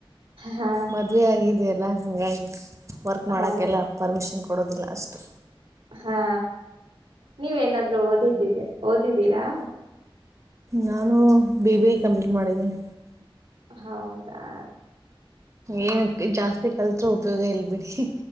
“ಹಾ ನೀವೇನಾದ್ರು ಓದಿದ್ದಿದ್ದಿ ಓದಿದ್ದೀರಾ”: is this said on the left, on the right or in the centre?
Right